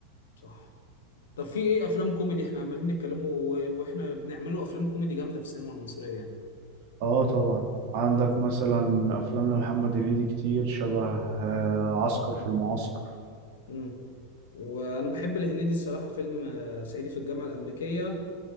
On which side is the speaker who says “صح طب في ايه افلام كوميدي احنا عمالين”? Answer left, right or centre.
Left